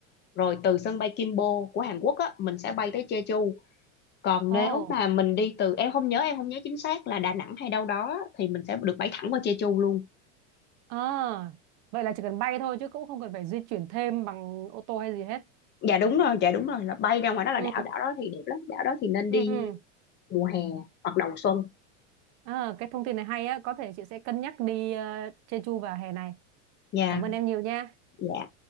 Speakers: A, on the left (about 30°); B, on the right (about 45°).
A: rồi từ sân bay Gimpo của Hàn Quốc á mình sẽ bay tới Jeju còn
B: Ồ.
A: nếu mà mình đi từ em không nhớ em không nhớ chính xác là Đà Nẵng hay đâu đó á, thì mình sẽ được bay thẳng qua Jeju luôn
B: À, vậy là chỉ cần bay thôi chứ cũng không cần phải di chuyển thêm bằng ô tô hay gì hết.
A: dạ đúng rồi dạ đúng rồi là bay ra ngoài đó là
B: Ừ,
A: đảo đảo đó thì đẹp lắm đảo đó thì nên
B: ừ,
A: đi
B: ừ.
A: mùa hè hoặc đầu xuân
B: À, cái thông tin này hay á, có thể chị sẽ cân nhắc đi uh, Jeju vào hè này.
A: dạ
B: Cảm ơn em nhiều nha.
A: dạ